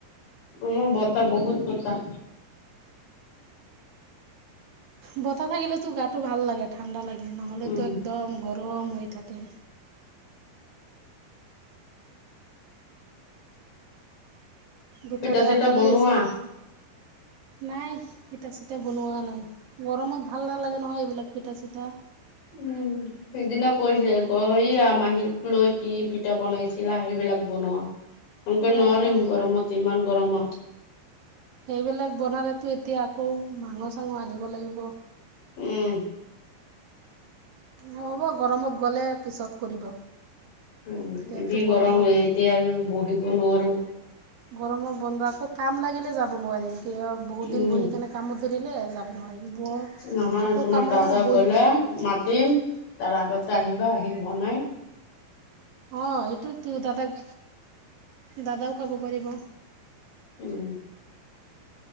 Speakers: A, on the left; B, on the right.
A: উম, বতাহ বহুত বতাহ।
B: বতাহ থাকিলে তো গাটো ভাল লাগে ঠাণ্ডা লাগে। নহ'লেতো
A: উম।
B: একদম গৰম হৈ থাকে। দুটাৰে
A: পিঠা চিঠা
B: আলহী
A: বনোৱা
B: আছিল। নাই পিঠা-চিঠা বনোৱা নাই। গৰমত ভাল নালাগে নহয়, এইবিলাক পিঠা-চিঠা
A: উম, সিদিনা কৈছে <unintelligible> স মাহীক লৈ। কি পিঠা বনাইছিলা, সেইবিলাক বনোৱা। আমকৈ
B: অঁ
A: নোৱাৰিম গৰমত ইমান ক গৰমত
B: সেইবিলাক বনালেতো এতিয়া আকৌ মাংস <unintelligible> আনিব লাগিব।
A: উম।
B: নহ'ব গৰমত গ'লে পিছত কৰিব।
A: উম,
B: এতিয়াতো
A: যি
B: গৰমত
A: গৰম হয় এতিয়া আমি বহিব নোৱাৰো।
B: গৰমৰ বন্ধ আকৌ কাম লাগিলে যাব নোৱাৰিম। কিয় বহুত
A: উম
B: দিন বহি কেনে কামত ধৰিলে যাব নোৱাৰিম বৰ
A: নহয়
B: আকৌ
A: তোমাৰ
B: কামৰ
A: দাদা
B: পৰা বহি
A: গলে মাতিম। তাৰ আগতে আহিবা আহি। বনায়
B: অ', এইটো তো দাদাক দাদাও খাব পাৰিব।
A: উম